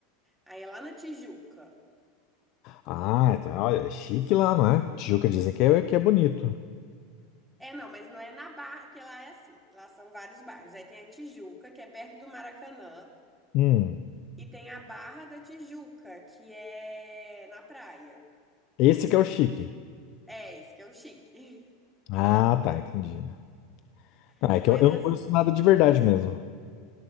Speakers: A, in the centre; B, on the left (about 55°).
A: Aí é lá na Tijuca.
B: Ah, então, olha, é chique lá, não é? Tijuca dizem que é, que é bonito.
A: É, não, mas não é na Barra, porque lá é assim. Lá são vários bairros. Aí tem a Tijuca, que é perto do Maracanã.
B: Hum,
A: E tem a Barra da Tijuca, que é na praia.
B: esse que é o chique.
A: É, isso que é o chique.
B: Ah, tá, entendi. né?
A: <laughs>
B: Ah, é que
A: Mas,
B: eu, eu
A: as-
B: não conheço nada de verdade mesmo.